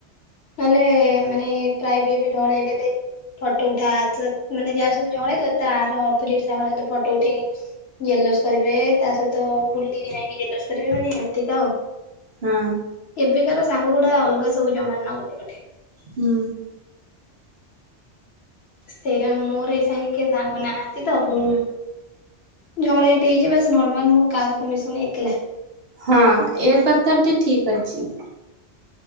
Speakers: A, on the left; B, on the right.
A: ନହେଲେ ମାନେ ପ୍ରାୟ ବି ଏବେ ଝଗଡା ଝାଟି ହେଲେ ଫଟୋ ଉଠା ତ ମାନେ ଯାହାସୁ ଝଗଡା ହେଇଥିବ ତାର ଅପୋଜିଟ ସାଙ୍ଗ ଟା ସହିତ ଫଟୋ ଉଠେଇନେ ଜେଲସ କରିବେ ତା ସହିତ ବୁଲିକି ଯାଇକି ଜେଲସ କରିବେ ମାନେ ଏମିତିକା ଆଉ।
B: ହଁ
A: ଏବେକାର ସାଙ୍ଗ ଗୁଡା ଅଲଗା ସବୁ ଜମା ନ ଗୋଟେ ଗୋଟେ।
B: ହୁଁ।
A: ସେରା ମୋର ଏଇ ସାଙ୍ଗେ କିଏ ସାଙ୍ଗ ନାହାନ୍ତି ତ ମୁଁ ମୋର ଏଠି ହେଇଚି ବାସ୍ ନର୍ମାଲ ମୁଁ କାହା ସହିତ ମିଶୁନି ଏକେଲା।
B: ହଁ ଏ କଥାଟି ଠିକ ଅଛି।